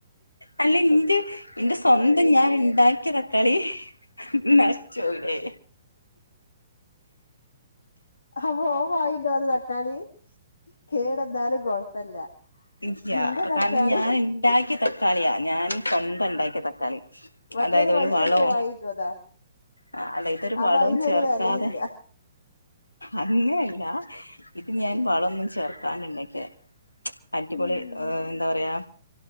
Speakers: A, on the left; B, on the left.
A: അല്ല ഇന്റെ ഇന്റെ സ്വന്തം ഞാൻ ഇണ്ടാക്കിയ തക്കാളി നഷ്ച്ചോവ് ലേ
B: അപ്പൊ ഓൻ വാങ്ങിണ്ടോന്ന തക്കാളി കേടന്നാലും കൊഴപ്പല്ല.
A: ഇല്ല
B: നിന്റെ തക്കാളി
A: കാര്ണം ഞാൻ ഉണ്ടാക്കിയ തക്കാളിയാ ഞാൻ സ്വന്തം ഇണ്ടാക്കിയ തക്കാ ളി
B: മറ്റേത്
A: അതായത്
B: പൈസ
A: ഒരു വളോ
B: കൊടുത്ത് വാങ്ങിട്ട് വന്നതാ
A: ആ അല്ല ഇതൊരു
B: അപ്പൊ
A: വളും
B: അയിനൊരു
A: ചേർക്കാതെ
B: വെലയില്ല
A: അങ്ങനെയല്ല ഇത് ഞാൻ വള ഒന്നും ചേർക്കാണ്ട് ഇണ്ടാക്കിയ അടിപൊളി
B: ഉം
A: എന്താ പറയാ